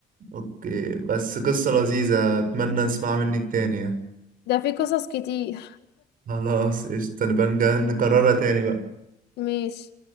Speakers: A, on the right; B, on the left.
A: أوكي بس قصة لذيذة أتمنى نسمع منك تاني يعني
B: ده في قصص كتير
A: خلاص قشطة نبقى نج- نكررها تاني بقى
B: <laughs> ماشي